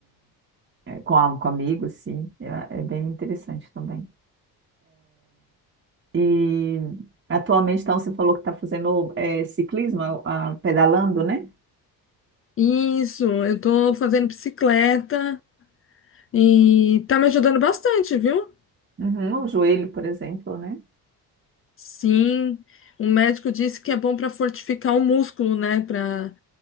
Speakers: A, on the right; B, on the left.
A: é, com, a, com amigos, sim. É, é bem interessante também. E atualmente, então, você falou que está fazendo é, ciclismo, ah, pedalando, né?
B: Isso, eu tô fazendo bicicleta e tá me ajudando bastante, viu?
A: Uhum, o joelho, por exemplo, né?
B: Sim, o médico disse que é bom para fortificar o músculo, né? Para